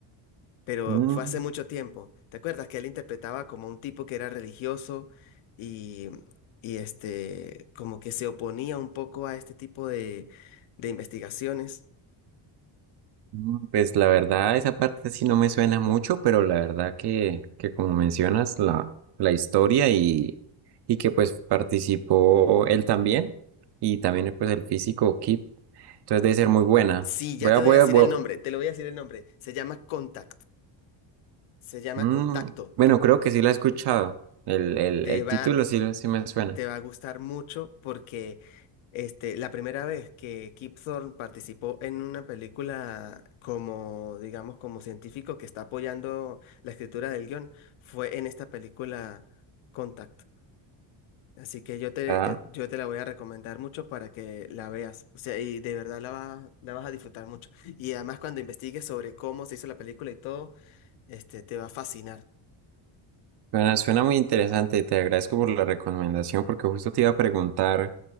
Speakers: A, on the left (about 75°); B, on the right (about 55°).
A: pero
B: Mm,
A: fue hace mucho tiempo. ¿Te acuerdas que él interpretaba como un tipo que era religioso y, y este, como que se oponía un poco a este tipo de de investigaciones?
B: mm, Pues la verdad, esa parte sí no me suena mucho, pero la verdad que, que como mencionas, la, la historia y, y que pues participó él también y también pues el físico Kip, entonces debe ser muy buena.
A: Sí, ya
B: Voy
A: te
B: a, voy
A: voy a decir
B: a, voy
A: el nombre,
B: a-
A: te lo voy a decir el nombre. Se llama Contact, se llama
B: Mm,
A: Contacto.
B: bueno, creo que sí la he escuchado. El, el,
A: Te
B: el
A: va,
B: título sí, lo- sí me suena.
A: te va a gustar mucho porque este, la primera vez que Kip Thorne participó en una película como, digamos, como científico que está apoyando la escritura del guión fue en esta película Contact. Así que yo te,
B: Ah,
A: eh, yo te la voy a recomendar mucho para que la veas. O sea, y de verdad la vas, la vas a disfrutar mucho. Y además cuando investigues sobre cómo se hizo la película y todo este, te va a fascinar.
B: bueno suena muy interesante y te agradezco por la recomendación porque justo te iba a preguntar